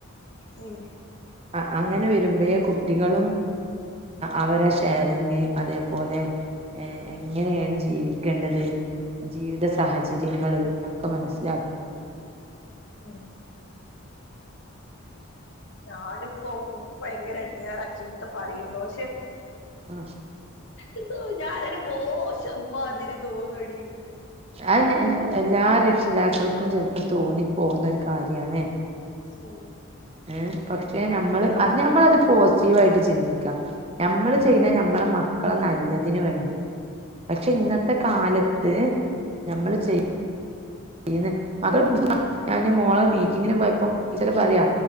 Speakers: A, on the left; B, on the right.
A: ഉം.
B: ആ അങ്ങനെ വരുമ്പഴേ കുട്ടികളും അവരെ ഷയറി ങ്ങ് അതേപോലെ ഏ എങ്ങനെയാണ് ജീവിക്കേണ്ടത് ജീവിത സഹചര്യങ്ങള് ഒക്കെ മനസ്സിലാക്കൊള്ളൂ.
A: ഉം ഞാനിപ്പോ ഇൻക് ഭയങ്കര എടഞ്ഞേറ ചീത്ത പറയുമ്പോ പക്ഷെ
B: ആ
A: എന്തോ ഞാനൊരു മോശമ്മാതിരി തോന്നൊടീൻക്
B: അയ് ഞ ഞ എല്ലാ രക്ഷിതാക്കൾക്കും ചെൽപ്പോ തോന്നിപ്പോവുന്നൊരു കാര്യാണ്
A: ശരി.
B: ഏ പക്ഷെ നമ്മള് നഞമ്മളത് പോസിറ്റീവായിട് ചിന്തി ക്കാ നമ്മള്
A: ഉം
B: ചെയ്യ്നത് നമ്മളെ മക്കളെ നല്ലതിന് വേണ്ടിയാ പക്ഷെ ഇന്നത്തെ
A: ഉം
B: കാലത്ത് നമ്മള് ചെയ് ന്ന് <unintelligible> ഞാന് മോളെ മീറ്റിങ്ങിന് പോയപ്പം ടീച്ചറ് പറയ